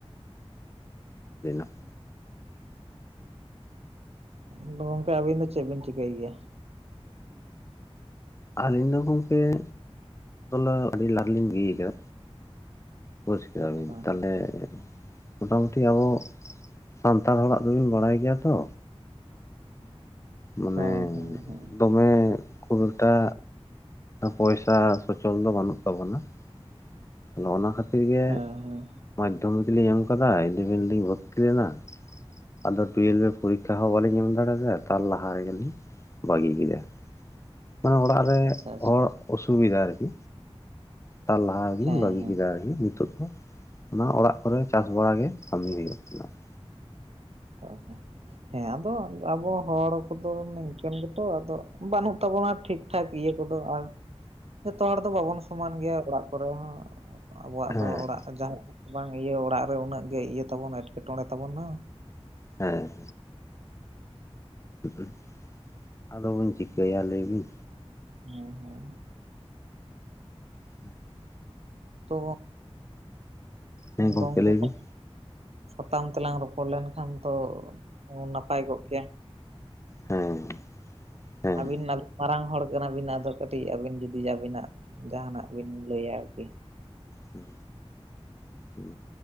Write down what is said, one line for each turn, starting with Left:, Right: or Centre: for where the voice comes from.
Left: <unintelligible>
Right: ᱟᱫᱚ ᱜᱚᱝᱠᱮ ᱟᱹᱵᱤᱱ ᱫᱚ ᱪᱮᱫ ᱵᱤᱱ ᱪᱤᱠᱟᱹᱭ ᱜᱮᱭᱟ?
Left: ᱟᱹᱞᱤᱧ ᱫᱚ ᱜᱚᱢᱠᱮ ᱛᱚᱞᱟ ᱟᱹᱰᱤ ᱞᱟᱦᱟ ᱞᱤᱧ ᱜᱤ ᱟᱠᱟᱫᱟ ᱵᱩᱡᱽ ᱠᱮᱫᱟ
Right: ᱟᱪᱪᱷᱟ
Left: ᱵᱤᱱ ᱛᱟᱦᱚᱞᱮ, ᱢᱚᱴᱟ ᱢᱩᱴᱤ ᱟᱵᱚ ᱥᱟᱱᱛᱟᱲ ᱦᱚᱲᱟᱜ ᱫᱚᱵᱤᱱ ᱵᱟᱲᱟᱭ ᱜᱮᱭᱟ ᱛᱚ, ᱢᱟᱱᱮ
Right: ᱦᱮᱸ ᱦᱮᱸ ᱦᱮᱸ
Left: ᱫᱚᱢᱮ ᱠᱷᱩᱵ ᱮᱠᱴᱟ ᱯᱚᱭᱥᱟ ᱥᱚᱼᱪᱚᱞ ᱫᱚ ᱵᱟᱹᱱᱩᱜ ᱛᱟᱵᱚᱱᱟ ᱾ ᱟᱫᱚ ᱚᱱᱟ ᱠᱷᱟᱹᱛᱤᱨ ᱜᱮ
Right: ᱦᱮᱸ ᱦᱮᱸ
Left: ᱢᱟᱫᱽᱫᱷᱚᱢᱤᱠ ᱞᱤᱧ ᱮᱢ ᱠᱟᱫᱟ ᱤᱞᱤᱵᱷᱮᱱ ᱞᱤᱧ ᱵᱷᱚᱨᱛᱤ ᱞᱮᱱᱟ ᱾ ᱟᱫᱚ ᱴᱩᱭᱮᱞᱵᱷ ᱨᱮ ᱯᱚᱨᱤᱠᱠᱷᱟ ᱦᱚᱸ ᱵᱟᱞᱤᱧ ᱮᱢ ᱫᱟᱲᱮ ᱟᱫᱟ ᱛᱟᱨ ᱞᱟᱦᱟ ᱨᱮᱜᱮᱞᱤᱧ ᱵᱟᱜᱤ ᱠᱮᱫᱟ ᱢᱟᱱᱮ ᱚᱲᱟᱜ ᱨᱮ
Right: ᱟᱪᱪᱷᱟ ᱟᱪᱪᱷᱟ
Left: ᱦᱚᱲ ᱚᱥᱩᱵᱤᱫᱷᱟ ᱟᱨᱠᱤ, ᱛᱟᱨ ᱞᱟᱦᱟ ᱜᱮᱞᱤᱧ
Right: ᱦᱮᱸ
Left: ᱵᱟᱹᱜᱤ
Right: ᱦᱮᱸ
Left: ᱠᱮᱫᱟ ᱟᱨᱠᱤ, ᱱᱤᱛᱚᱜ ᱫᱚ ᱚᱱᱟ ᱚᱲᱟᱜ ᱠᱚᱨᱮ ᱪᱟᱥ ᱵᱟᱲᱟ ᱜᱮ ᱠᱟᱹᱢᱤ ᱦᱩᱭᱩᱜ ᱠᱟᱱᱟ ᱾
Right: ᱦᱮ ᱛᱚ ᱦᱮᱸ ᱟᱫᱚ ᱟᱵᱚ ᱦᱚᱲ ᱠᱚᱫᱚ ᱱᱤᱝᱠᱟᱹᱱ ᱜᱮᱛᱚ ᱟᱫᱚ ᱵᱟᱹᱱᱩᱜ ᱛᱟᱵᱚᱱᱟ ᱴᱷᱤᱠ, ᱴᱷᱟᱡ ᱤᱭᱟᱹ ᱠᱚᱫᱚ ᱟᱨ ᱡᱚᱛᱚ ᱦᱚᱲ ᱫᱚ ᱵᱟᱵᱚᱱ ᱥᱚᱢᱟᱱ ᱜᱮᱭᱟ ᱚᱲᱟᱜ ᱠᱚᱨᱮ ᱦᱚᱸ ᱟᱵᱚᱣᱟᱜ
Left: ᱦᱮᱸ
Right: ᱫᱚ ᱚᱲᱟᱜ ᱡᱟᱸᱦᱟ ᱵᱟᱝ ᱤᱭᱟᱹ ᱚᱲᱟᱜ ᱨᱮ ᱩᱱᱟᱹᱜ ᱜᱮ ᱤᱭᱟᱹ ᱛᱟᱵᱚᱱ ᱮᱴᱠᱮᱴᱚᱬᱮ ᱛᱟᱵᱚᱱ ᱵᱟᱝ,
Left: ᱦᱮᱸ, ᱦᱩᱸᱜ ᱟᱫᱚ ᱵᱚᱱ ᱪᱤᱠᱟᱹᱭᱟ ᱞᱟᱹᱭ ᱵᱤᱱ
Right: ᱦᱮᱸ ᱦᱮᱸ,
Left: ᱦᱩᱸ
Right: ᱛᱚ
Left: ᱦᱮᱸ ᱜᱚᱢᱠᱮ
Right: ᱜᱚᱝᱠᱮ
Left: ᱞᱟᱹᱭ
Right: ᱠᱚ
Left: ᱵᱤᱱ
Right: ᱥᱟᱛᱟᱢ ᱛᱮᱞᱟᱝ ᱨᱚᱯᱚᱲ ᱞᱮᱱ ᱠᱷᱟᱱ ᱫᱚ ᱱᱟᱯᱟᱭ ᱠᱚᱜ ᱜᱮᱭᱟ
Left: ᱦᱮᱸ, ᱦᱮᱸ
Right: ᱟᱵᱤᱱ ᱱᱟᱜᱼ <unintelligible> ᱢᱟᱨᱟᱝ ᱦᱚᱲ ᱠᱟᱱᱟᱵᱤᱱ ᱟᱫᱚ ᱠᱟᱹᱴᱤᱡ ᱟᱹᱵᱤᱱ ᱡᱩᱫᱤ ᱟᱵᱤᱱᱟᱜ ᱡᱟᱦᱟᱱᱟᱜ ᱵᱤᱱ ᱞᱟᱹᱭᱟ ᱟᱨ ᱠᱤ
Left: ᱦᱩᱸ ᱦᱩᱸ